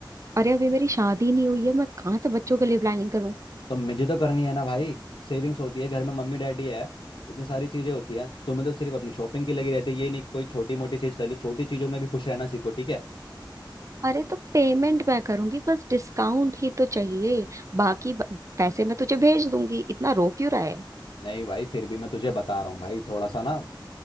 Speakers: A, on the right; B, on the left.
A: अरे अभी मेरी शादी नहीं हुई है मैं कहाँ से बच्चों के लिए प्लानिंग करूँ
B: तो मुझे तो करनी है ना भाई सेविंग्स होती है घर में मम्मी डैडी है इतनी सारी चीजें होती है तुम्हें तो सिर्फ अपनी शॉपिंग की लगी रहती है ये नहीं कि कोई छोटी मोटी चीज कर लो छोटी चीजों में भी खुश रहना सीखो ठीक है
A: अरे तो पेमेंट मैं करूंगी बस डिस्काउंट ही तो चाहिए बाकी ब- पैसे मैं तुझे भेज दूंगी इतना रो क्यों रहा है
B: नहीं भाई फिर भी मैं तुझे बता रहा हूँ भाई थोड़ा सा ना